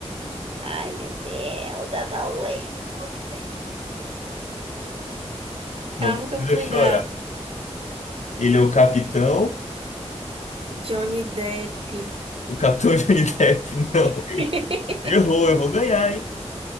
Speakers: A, on the right; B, on the left.
A: Ai, meu Deus, eu não lembro o nome dele.
B: Não
A: Calma
B: precisa
A: que eu vou lembrar.
B: chorar. Ele é o capitão.
A: Johnny Depp.
B: O capitão <laughs> Johnny Depp, não.
A: <laughs>
B: Errou, eu vou ganhar, hein?